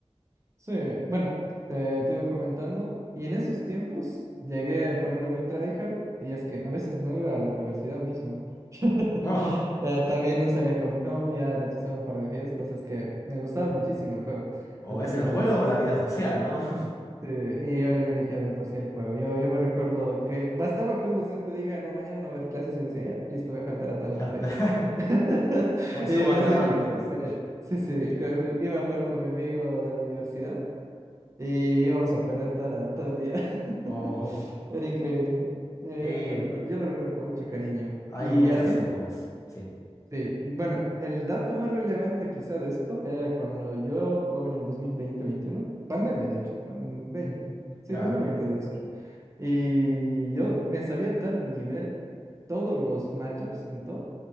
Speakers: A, on the right (about 30°); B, on the left (about 30°).
A: sí. Bueno, te, te iba comentando. Y en esos tiempos llegué a ponerme muy tryhard y es que a veces no iba a la universidad misma. <laughs>
B: No,
A: Eh, también no salía con mi novia, rechazaba un par de fiestas, es que me gustaba
B: qué mal.
A: muchísimo el juego,
B: O
A: le tenía
B: es el
A: una
B: juego
A: adicción.
B: o la vida social, ¿no? <laughs>
A: Sí, y yo, yo elegía de por sí el juego. Yo, yo me recuerdo que bastaba que un docente diga, no, mañana no va a haber clases. Y yo decía, ya, listo, voy a faltar a todas las
B: Ya
A: materias.
B: está.
A: <laughs>
B: Hoy subo
A: Y me
B: a diamante,
A: hacía ir con un
B: dice.
A: compañero. Sí, sí, que ju- iba a jugar con mi amigo de la universidad y íbamos a perder toda la- todo el día. <laughs>
B: O
A: Era increíble. Yo,
B: sí,
A: yo me lo recuerdo, yo lo recuerdo con mucho cariño.
B: hay
A: ¿Y
B: muchas
A: así?
B: épocas. Sí,
A: Sí, y bueno, el dato más relevante quizá de esto era cuando yo jugaba en el dos mil veinte veintiuno pandemia de hecho, pan 20 sí,
B: claro.
A: dos mil veinte debió ser. Y yo me sabía a tal nivel todos los matchups en top